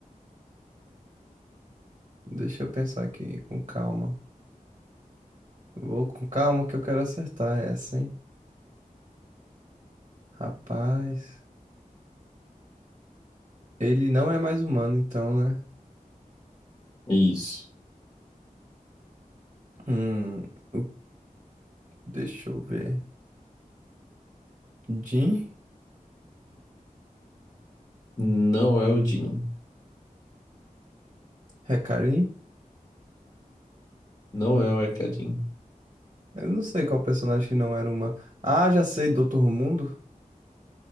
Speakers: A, on the right (about 40°); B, on the left (about 25°).
A: Deixa eu pensar aqui, com calma. Vou com calma que eu quero acertar essa, hein? Rapaz. Ele não é mais humano, então, né?
B: Isso.
A: Hum, o- deixa eu ver. Jin?
B: Não é o Jin.
A: Recarim?
B: Não é o Ekadin.
A: Eu não sei qual personagem que não era humano. Ah, já sei, Doutor Mundo.